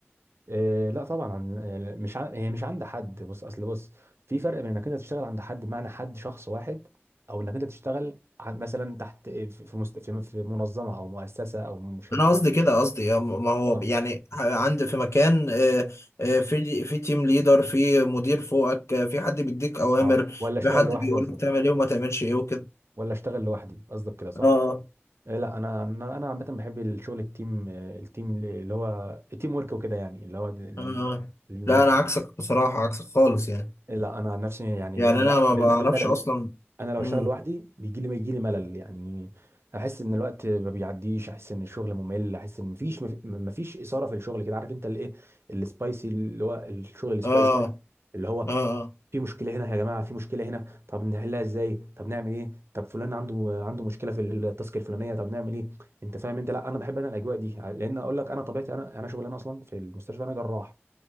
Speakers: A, on the right; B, on the left.
A: إيه لا طبعا عن يعني مش عن... هي مش عند حد بص اصل بص في فرق بين انك انت تشتغل عند حد بمعنى حد شخص واحد او انك انت تشتغل عن مثلا تحت في في مست... في في منظمه او مؤسسه او شركه
B: انا قصدي كده قصدي آه، ما هو
A: اه
B: يعني عندي في مكان آه، آه، في في تيم ليدر في مدير فوقك آه، في حد بيديك اوامر
A: اه ولا اشتغل
B: في حد
A: لوحدي
B: بيقول
A: قصدك
B: لك تعمل ايه وما تعملش ايه وكده
A: ولا اشتغل لوحدي قصدك كده صح؟
B: اه
A: إيه لا انا انا انا عامه بحب الشغل التيم آه، التيم اللي هو التيم ورك وكده يعني اللي هو د-
B: آه. آه.
A: اللي مش
B: لا انا عكسك بصراحة عكسك خالص يعني
A: لا انا عن نفسي يعني
B: يعني
A: الم...
B: انا ما
A: بالم...
B: بعرفش
A: الملل
B: اصلا
A: انا لو
B: مم.
A: اشتغل لوحدي بيجي لي يجي لي ملل يعني احس ان الوقت ما بيعديش احس ان الشغل ممل احس ان مفيش مفيش اثاره في الشغل كده عارف انت الايه السبايسي اللي هو الشغل السبايسي
B: اه
A: ده اللي هو
B: اه اه
A: في مشكله هنا يا جماعه في مشكله هنا طب نحلها ازاي طب نعمل ايه طب فلان عنده عنده مشكله في التاسك الفلانيه طب نعمل ايه انت فاهم انت لا انا بحب انا الاجواء دي لان اقول لك انا طبيعتي انا انا شغلانه اصلا في المستشفى انا جراح